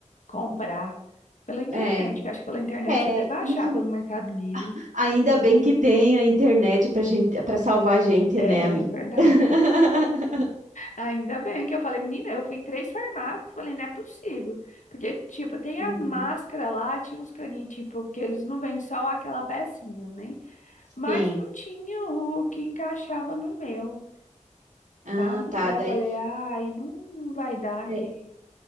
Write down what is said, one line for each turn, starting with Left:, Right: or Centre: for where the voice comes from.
Left: comprar pela internet,
Right: É,
Left: que acho que pela internet
Right: é,
Left: eu devo achar
Right: enfim.
Left: pelo Mercado Livre.
Right: Ainda bem que tem a internet pra gente, para salvar a gente,
Left: É
Right: né, amiga?
Left: verdade.
Right: <laughs>
Left: Ainda bem que eu falei, menina, eu fui em três farmácias, falei, não é possível. Porque, tipo, tem
Right: Uhum.
Left: as máscaras lá, tinha uns caninhos, tipo, porque eles não vendem só aquela pecinha, né? Mas
Right: Sim.
Left: não tinha o que encaixava no meu,
Right: Ah,
Left: sabe?
Right: tá.
Left: Aí eu
Right: Daí.
Left: falei, ai, não, não vai dar.
Right: é,
Left: Que...